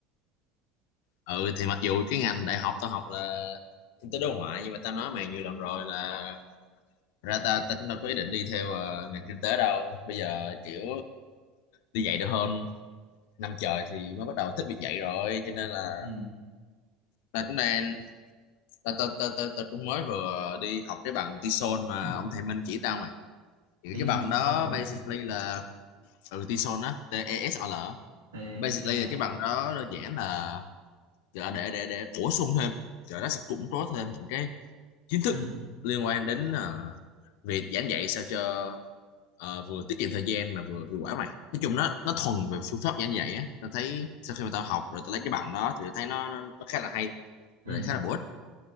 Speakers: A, on the left; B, on the right.
A: ừ thì mặc dù cái ngành đại học tao học là kinh tế đối ngoại nhưng mà tao nói mày nhiều lần rồi là ra ta ta cũng đâu có ý định đi theo ờ, ngành kinh tế đâu bây giờ kiểu đi dạy được hơn năm trời thì mới bắt đầu thích việc dạy rồi cho nên là
B: Ừ.
A: ta cũng đang ta ta ta ta, ta cũng mới vừa đi học cái bằng TESOL mà
B: <clears throat>
A: ông thầy Minh chỉ tao mày thì
B: TV
A: cái bằng đó
B: Soul
A: basically là ừ, TESOL á T E S O L á.
B: TE
A: basically là cái bằng đó đơn giản là để để để, để bổ sung thêm rồi nó sẽ củng cố thêm những cái kiến thức
B: ừ
A: liên quan đến ờ, việc giảng dạy sao cho Ờ, vừa tiết kiệm thời gian mà vừa hiệu quả mày nói chung nó nó thuần về phương pháp giảng dạy á tao thấy sau khi mà tao học rồi tao lấy cái bằng đó thì tao thấy nó nó, nó khá là hay
B: ừ
A: và lại khá là bổ ích